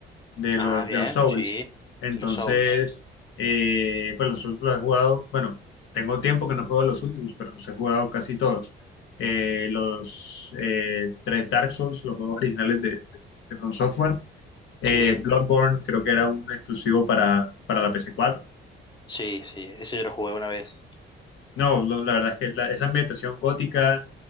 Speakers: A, on the left (about 80°); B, on the left (about 20°).
A: de los
B: Ah, bien,
A: de los Souls.
B: sí.
A: Entonces,
B: De los Souls, sí.
A: eh, pues los últimos los he jugado, bueno, tengo tiempo que no juego los últimos, pero los he jugado casi todos. Eh, los eh, tres Dark Souls, los juegos originales de, de- de From Software.
B: Sí,
A: Eh, Bloodborne creo que era un exclusivo para, para la PS4.
B: sí, sí. Ese yo lo jugué una vez.
A: No, lo- la verdad es que la- esa ambientación gótica